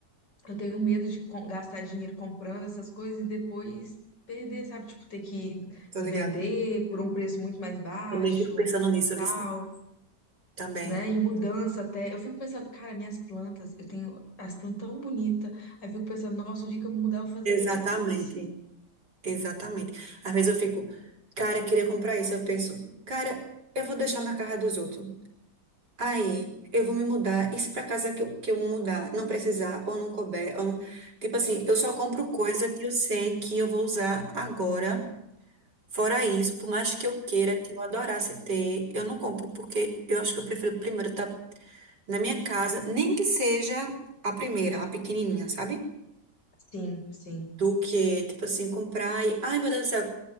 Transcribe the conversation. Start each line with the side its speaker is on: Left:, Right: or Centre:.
Left: eu tenho medo de com- gastar dinheiro comprando essas coisas e depois perder, sabe? Tipo, ter que
Right: tô
Left: vender
Right: ligada.
Left: por um preço muito mais baixo
Right: Também fico pensando nisso,
Left: e
Right: eu
Left: tal,
Right: vi também.
Left: né? E mudança até. Eu fico pensando, cara, minhas plantas, eu tenho as plantas tão bonitas. Aí eu fico pensando, nossa, o dia que eu mudar, eu vou fazer
Right: Exatamente,
Left: o quê com elas?
Right: exatamente. Às vezes eu fico, cara, queria comprar isso. Eu penso, cara, eu vou deixar na casa dos outros. Aí eu vou me mudar. E se pra casa que eu, que eu mudar, não precisar, ou não couber, ou não- Tipo assim, eu só compro coisa que eu sei que eu vou usar agora. Fora isso, por mais que eu queira, que eu adorasse ter, eu não compro, porque eu acho que eu prefiro primeiro estar na minha casa, nem que seja a primeira, a pequenininha, sabe?
Left: Sim, sim.
Right: do que, tipo assim, comprar e, ai meu Deus do céu,